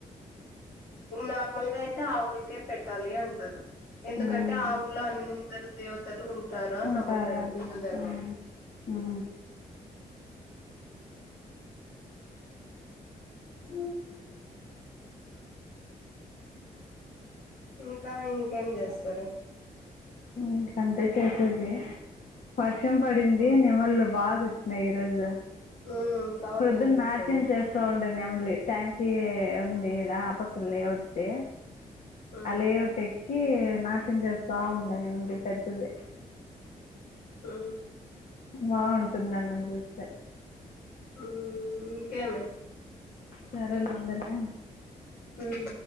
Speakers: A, on the left; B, on the left.
A: నార్మల్ గా అయితే ఆవులకే పెట్టాలి అంటారు ఎందుకంటే
B: మ్మ్
A: ఆవులో అందరు దేవతలు ఉంటారు అని
B: ఉంటారా
A: నమ్ముతారు హిందూ ధర్మం
B: ఆ ఆ
A: హ ఇంకా ఇంకేం చేస్తారు
B: ఇక అంతే చేసేది వర్షం పడింది
A: మ్మ్
B: నెమల్లు బాగా వచ్చినాయి ఈ రోజు
A: మ్మ్ సౌండ్
B: ప్రొద్దున
A: వినిపిస్తుంది
B: నాట్యం చేస్తా ఉండే నెమలి ట్యాంకీ ఉందిడా ఆపక్క లే ఒకట్ది
A: మ్మ్
B: అ లే ఒకటి నాట్యం చేస్తా ఉండను ఏంటి పెద్దది
A: ఆ
B: బాగుంటుంది అళ్ళని చూస్తే
A: ఉ ఇంకేమి
B: సరేలే ఉండనా
A: ఉమ్